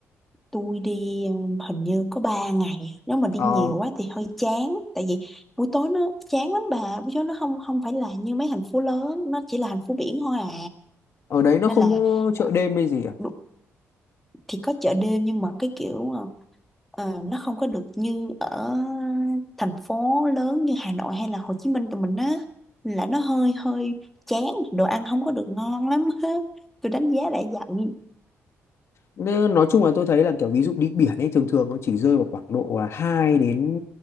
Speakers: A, in the centre; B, on the left (about 55°).
A: tôi đi ừm, hình như có ba ngày nếu mà đi
B: ờ
A: nhiều quá thì hơi chán tại vì buổi tối nó chán lắm bà buổi tối nó không không phải là như mấy thành phố lớn nó chỉ là thành phố biển thôi à
B: ở đấy nó
A: nên
B: không
A: là
B: có chợ
A: ờ,
B: đêm hay gì à?
A: đu- thì có chợ đêm nhưng mà cái kiểu ờ, ờ, nó không có được như ở thành phố lớn như Hà Nội hay là Hồ Chí Minh tụi mình á Nên là nó hơi hơi chán đồ ăn không có được ngon lắm á tôi đánh giá lại vậy
B: Nên nói chung là tôi thấy là kiểu ví dụ đi biển ấy thường thường nó chỉ rơi vào khoảng độ là 2 đến